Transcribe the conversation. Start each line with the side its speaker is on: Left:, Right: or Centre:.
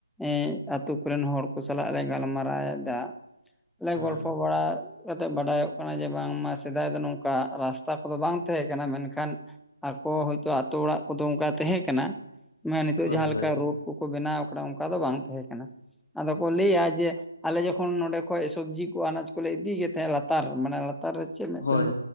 Centre: ᱮᱸᱜ ᱟᱛᱳ ᱠᱚᱨᱮᱱ ᱦᱚᱲ ᱠᱚ ᱥᱟᱞᱟᱜ ᱞᱮ ᱜᱟᱞᱢᱟᱨᱟᱣ ᱮᱫᱟ ᱞᱮ
Left: ᱦᱩᱸ
Centre: ᱜᱚᱞᱯᱚ ᱵᱟᱲᱟᱼᱼ ᱠᱟᱛᱮᱜ ᱵᱟᱰᱟᱭᱚᱜ ᱠᱟᱱᱟ ᱡᱮ ᱵᱟᱝᱢᱟ ᱥᱮᱫᱟᱭ ᱫᱚ ᱱᱚᱝᱠᱟ ᱨᱟᱥᱛᱟ ᱠᱚᱫᱚ ᱵᱟᱝ ᱛᱟᱦᱮᱸ ᱠᱟᱱᱟ ᱢᱮᱱᱠᱷᱟᱱ ᱟᱠᱚ ᱦᱳᱭᱛᱚ ᱟᱛᱳ ᱚᱲᱟᱜ ᱠᱚᱫᱚ ᱚᱝᱠᱟ ᱛᱟᱦᱮᱸ ᱠᱟᱱᱟ ᱢᱟ ᱱᱤᱛᱚᱜ
Left: ᱦᱳᱭ
Centre: ᱡᱟᱦᱟᱸ
Left: ᱦᱳᱭ
Centre: ᱞᱮᱠᱟ ᱨᱳᱰᱼᱼ ᱠᱚᱠᱚ ᱵᱮᱱᱟᱣ ᱠᱟᱫᱟ ᱚᱱᱠᱟ ᱫᱚ ᱵᱟᱝ ᱛᱟᱦᱮᱸ ᱠᱟᱱᱟ ᱟᱫᱚ ᱠᱚ ᱞᱟᱹᱭᱟ ᱡᱮ᱾ ᱟᱞᱮ ᱡᱚᱠᱷᱚᱱ ᱱᱚᱸᱰᱮ ᱠᱷᱚᱡ ᱥᱚᱵᱽᱡᱤ ᱠᱚ ᱟᱱᱟᱡᱽ ᱠᱚᱞᱮ ᱤᱫᱤᱭ ᱛᱟᱦᱮᱸᱫ ᱞᱟᱛᱟᱨ ᱢᱟᱱᱮ ᱞᱟᱛᱟᱨ ᱨᱮ, ᱪᱮᱫ ᱢᱤᱫᱴᱮᱱ
Left: ᱦᱳᱭ